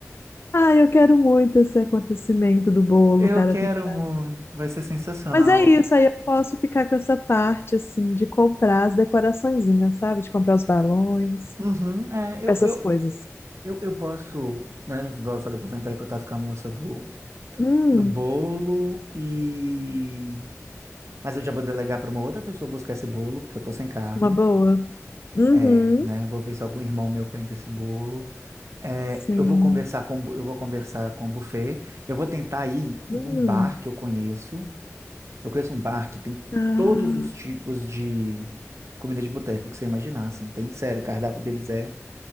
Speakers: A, on the left; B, on the right.
A: Ai, eu quero muito esse acontecimento do bolo,
B: Eu
A: cara,
B: quero
A: tem que dar.
B: muito. Vai ser sensacional.
A: Mas é isso, aí eu posso ficar com essa parte, assim, de comprar as decoraçõezinhas, sabe? De comprar os balões,
B: Uhum, é, eu,
A: essas
B: eu,
A: coisas.
B: eu, eu posso, né? Igual eu falei que eu vou entrar em contato com a moça do,
A: Hum,
B: do bolo e. Mas eu já vou delegar para uma outra pessoa buscar esse bolo, porque eu tô sem carro.
A: uma boa. Uhum,
B: É, né? Vou ver se algum irmão meu pega esse bolo. É,
A: sim.
B: eu vou conversar com, bu- eu vou conversar com o buffet. Eu vou tentar ir em
A: Hum.
B: um bar que eu conheço. Eu conheço um bar que tem
A: Ah,
B: todos os tipos de comida de boteco que você imaginar, assim. Tem, sério, o cardápio deles é